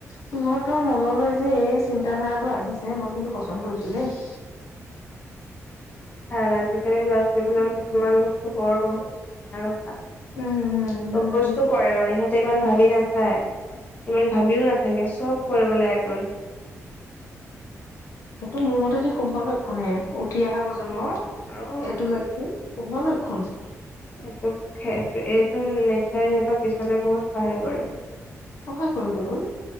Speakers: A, on the left; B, on the left.
A: সিহঁতৰ মনলৈ যে এই চিন্তাধাৰাটো আহিছে মই কিন্তু পচন্দ কৰিছো দেই
B: হ <unintelligible> লৰাোৱালবলাকৰ
A: উম
B: কিছুমান বস্তু বৰ বহে <unintelligible> ধন কথা চব
A: উম উম
B: বস্তু
A: উম
B: কৰে মানে সিহঁত ইমান ভাবি নাচায় ইমান ভাবিও নাথাকে চব কৰিবলৈ আগ্ৰহী
A: সেইটো মোৰ মতেদি শুভ লক্ষণ হে উঠি অহা প্ৰজন্মৰ
B: বহুত অ
A: এইটো লক্ষণ কুভৰ লক্ষণ
B: এইটো এইটো নেচাৰে সিহঁতক পিছলে বহুত সহায় কৰে
A: সহায় কৰিব তোৰ